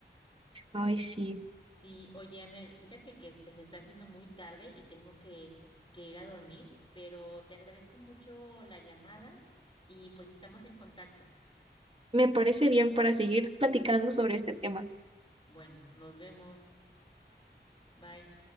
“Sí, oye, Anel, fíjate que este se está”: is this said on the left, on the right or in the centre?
Left